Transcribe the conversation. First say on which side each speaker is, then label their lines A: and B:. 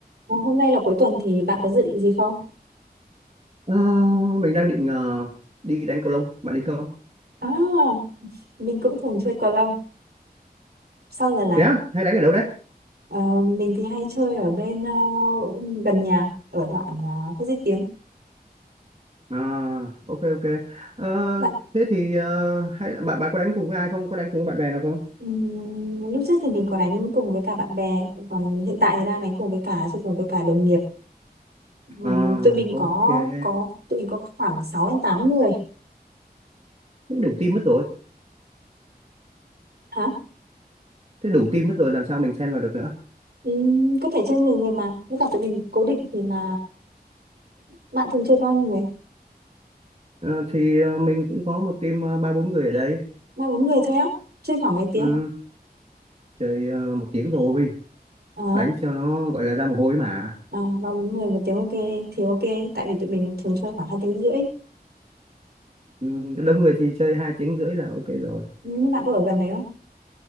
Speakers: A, on the right; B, on the right.
A: Ờ, Hôm nay là cuối tuần thì bạn có dự định gì không?
B: Ờ, mình đang định ờ, đi đánh cầu lông, bạn đi không?
A: À, mình cũng thường chơi cầu lông. Sau giờ là
B: Thế á, hay đánh ở đâu đấy?
A: ờ, mình thì hay chơi ở bên ờ, gần nhà ở đoạn uh, Phố Duy Tiến.
B: À, ok ok. Ờ,
A: Bạn
B: thế thì ờ, hay là bạn bạn có đánh cùng với ai không? Có đánh cùng với bạn bè nào không?
A: ừm, lúc trước thì mình có đánh cùng với cả bạn bè, còn hiện tại thì đang đánh cùng với cả chơi cùng với cả đồng nghiệp. Ừm,
B: À,
A: tụi mình
B: ok.
A: có
B: Thế
A: có tụi mình có khoảng 6 đến 8 người.
B: đủ team mất rồi.
A: Hả?
B: Thế đủ team mất rồi làm sao mình xen vào được nữa?
A: Ừm, có thể chơi 10 người mà. Với cả tụi mình cố định thì là bạn thường chơi bao nhiêu người?
B: Ờ, thì ờ, mình cũng có một team ờ, ba bốn người ở đây.
A: Ba bốn người thôi á. Chơi khoảng mấy tiếng?
B: Ừ, chơi ờ, một tiếng rồi,
A: Ờ.
B: đánh cho nó gọi là ra mồ hôi mà.
A: Ờ, ba bốn người một tiếng ok thì ok tại vì tụi mình thường chơi khoảng hai tiếng rưỡi
B: Ừ, đông người thì chơi hai tiếng rưỡi là ok rồi.
A: nhưng bạn có ở gần đấy không